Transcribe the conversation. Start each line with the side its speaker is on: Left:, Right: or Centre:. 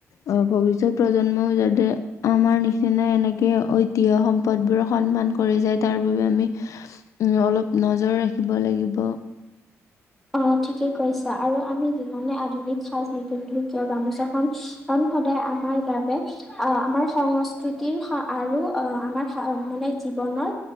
Left: অ', ভৱিষ্যত প্ৰজন্মও যাতে আমাৰ নিচিনা এনেকে ঐ তিহ্য সম্পদবোৰ সন্মান কৰি যায় তাৰ বাবে আমি উম, অলপ নজৰ ৰাখিব লাগিব।
Centre: অ', ঠিকেই কৈছা আৰু আমি যিমানে আধুনিক সাজ নিপিন্ধো কিয় গামোচাখন সদায় আমাৰ বাবে অহ, আমাৰ সংস্কৃতিৰ আৰু আমাৰ মানে জীৱনৰ